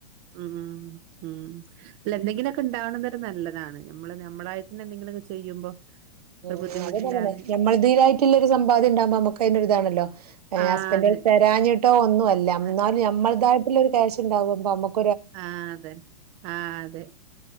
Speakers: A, on the right (about 35°); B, on the right (about 65°).
A: ഉം ഉം അല്ല എന്തെങ്കിലുവോക്കെ ഇണ്ടാവണന്നോരു നല്ലതാണ് നമ്മള് - നമ്മളായിട്ട് തന്നെ എന്തെങ്കിലുവൊക്കെ ചെയ്യുമ്പോ
B: ഉം
A: ഒരു ബുദ്ധിമുട്ടില്ലാതെ
B: അത <unintelligible> ന്നെ പറഞ്ഞെ നമ്മ ദൈവ്വമായിട്ടുള്ള ഒരു സമ്പാദ്യം ഉണ്ടാവുമ്പോ നമുക്ക് അതിനൊരു ഇതാണല്ലോ
A: ആ
B: ഹസ്ബൻഡ്
A: അതെ
B: തരാഞ്ഞിട്ടോ ഒന്നുമല്ല- എന്നാലും
A: അ
B: നമ്മളുടെതായിട്ടുള്ള ഒരു ക്യാഷ് ഇണ്ടാവുമ്പ നമുക്ക്
A: ആഹ് അതെ ആഹ് അതെ